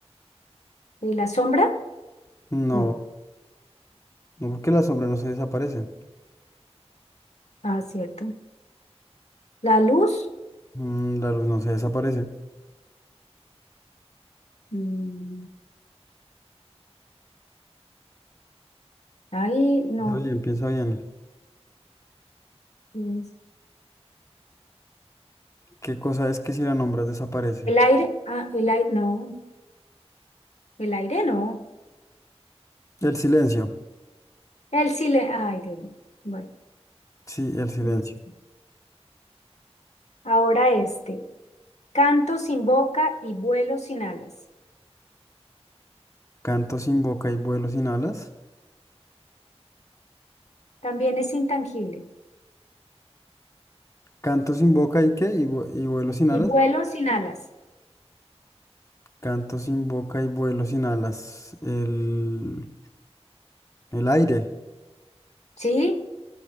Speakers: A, on the left (about 85°); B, on the left (about 30°).
A: ¿Y la sombra?
B: No,
A: No.
B: no porque la sombra no se desaparece.
A: Ah, cierto. La luz.
B: Mm, la luz no se desaparece.
A: Mm, ahí, no.
B: Está bien, piensa bien.
A: Es-
B: ¿Qué cosa es que si la nombras desaparece?
A: ¿El aire? Ah, el aire, no. El aire no.
B: El silencio.
A: Él sí le, Ay, Dios mío. Bueno,
B: Sí, el silencio.
A: listo. Ahora este. Canto sin boca y vuelo sin alas.
B: Canto sin boca y vuelo sin alas.
A: También es intangible.
B: Canto sin boca y qué? Y, vue- y vuelo sin
A: Y
B: alas.
A: vuelo sin alas.
B: Canto sin boca y vuelo sin alas. El, el aire.
A: ¿Sí?